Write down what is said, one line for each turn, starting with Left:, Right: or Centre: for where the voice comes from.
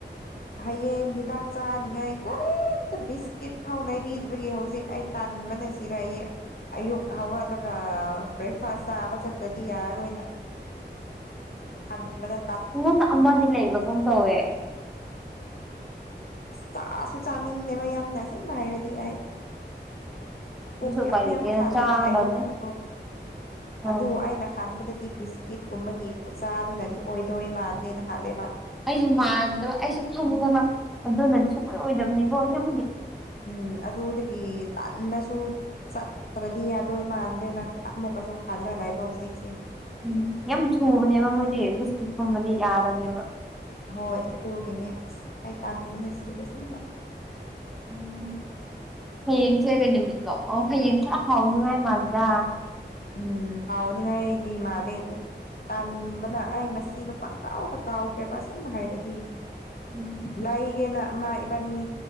Left: ꯍꯌꯦꯡ ꯍꯤꯗꯥꯛ ꯆꯥꯅꯤꯡꯉꯥꯏ ꯀꯔꯤꯝꯇ ꯕꯤꯁꯀꯤꯠ ꯐꯥꯎ ꯂꯩꯕꯤꯗꯕꯒꯤ ꯍꯧꯖꯤꯛ ꯑꯩ ꯇꯥꯟꯃꯅꯁꯤꯔꯏꯌꯦꯦ ꯑꯌꯨꯛ ꯍꯧꯒꯠꯂꯒ ꯕ꯭ꯔꯦꯛꯐꯥꯁ ꯆꯥꯕ ꯆꯠꯄꯗꯤ ꯌꯥꯔꯔꯣꯏ ꯅꯪ ꯍꯟꯕꯗ
Centre: ꯑꯩꯉꯣꯟꯗ ꯑꯃꯗꯤ ꯂꯩꯕꯒꯨꯝ ꯇꯧꯋꯦ
Left: ꯑꯁ ꯆꯥꯁꯨ ꯆꯥꯅꯤꯡꯗꯦꯕ ꯌꯥꯝꯅ ꯑꯁ‌ꯦꯡꯕ ꯍꯥꯏꯔꯗꯤ ꯑꯩ ꯄꯨꯛ
Centre: ꯑꯗꯨꯁꯨ
Left: ꯌꯥꯝ
Centre: ꯎꯄꯥꯏ ꯂꯩꯇꯦꯅ
Left: ꯌꯥꯝ ꯊꯜꯂꯦꯕ
Centre: ꯆꯥꯒꯗꯕꯅꯦ
Left: ꯑꯌꯨꯛꯇꯀ‌ꯣ
Centre: ꯎꯝ
Left: ꯑꯗꯨ ꯑꯩꯅ ꯈꯟꯕꯗꯗꯤ ꯄꯤꯁ ꯀꯤꯠ ꯀꯨꯝꯕꯒꯤ ꯎꯆꯥꯗꯨꯅꯗꯤ ꯑꯣꯏꯗꯣꯏ ꯃꯥꯟꯗꯦꯅ ꯈꯜꯂꯦꯕ
Centre: ꯑꯩꯁꯨ ꯃꯥꯟꯗꯕ ꯑꯩꯁꯨ ꯈꯪꯉ‌ꯦꯕ ꯑꯗꯨꯅꯗꯤ ꯁꯨꯡꯑꯣꯏ ꯑꯣꯏꯗꯕꯅꯦꯕꯣ ꯑꯁ‌ꯦꯡꯕ
Left: ꯎꯝ ꯑꯗꯨꯗꯒꯤ ꯇꯟꯅꯁꯨ ꯆꯠꯇ꯭ꯔꯗꯤ ꯌꯥꯗꯣꯏ ꯃꯥꯟꯗ꯭ꯔꯦꯅ ꯑꯃꯨꯛ ꯀꯩꯁꯨ ꯈꯜꯂꯂꯏꯕ ꯍꯧꯖꯤꯛꯁꯦ
Centre: ꯎꯝ ꯌꯥꯝ ꯁꯨꯕꯅꯦꯕ ꯃꯣꯏꯗꯤ ꯕꯤꯁꯇꯛꯀꯨꯝꯕꯗꯤ ꯌꯥꯗꯔꯕꯅꯦꯕ
Left: ꯍꯣꯏ ꯑꯗꯨꯒꯤꯅꯤ ꯑꯁ ꯑꯩ ꯇꯥꯟꯕꯅ ꯁꯤꯕ ꯁꯤꯕ
Centre: ꯎꯝ ꯍꯌꯦꯡꯁꯦ ꯀꯩ ꯅꯨꯃꯤꯠꯂꯣ ꯑꯣ ꯍꯌꯦꯡꯁ ꯍꯥꯎꯅꯤꯉꯥꯏ ꯃꯥꯜꯂꯤꯗ
Left: ꯎꯝ ꯍꯥꯎꯅꯤꯒ ꯏꯗꯤ ꯃꯅꯦ ꯑꯗꯨ ꯇꯥꯟꯕꯅ ꯑꯩ ꯉꯁꯤꯗꯣ ꯄꯪꯒꯥꯎꯗ ꯀꯥꯎꯈ꯭ꯔꯦꯕ ꯑꯁꯦꯡꯕ ꯍꯥꯏꯔꯗꯤ
Centre: ꯎꯝ
Left: ꯂꯩꯒꯦꯅ ꯑꯃ ꯏꯕꯥꯅꯤ